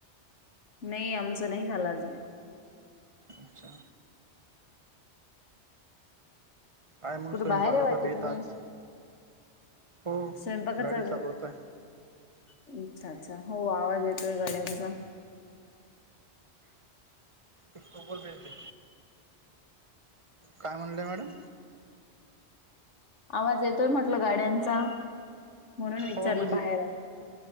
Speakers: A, on the left; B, on the right.
A: नाही आमचं नाही झालं अजून
B: अच्छा! काय मंग
A: कुठे
B: स्वयंपाकाचा
A: बाहेर आहे वाटत
B: बेत
A: तुम्ही
B: आज? हो
A: स्वयंपाकाचा
B: गाडी चालवत आय.
A: अच्छा अच्छा हो आवाज येतोय गाड्यांचा.
B: उकोल मिनते. काय म्हणलं आहे मॅडम.
A: आवाज येतोय म्हटलं गाड्यांचा. म्हणून विचारलं
B: हो म्हणजे
A: बाहेर आहे का.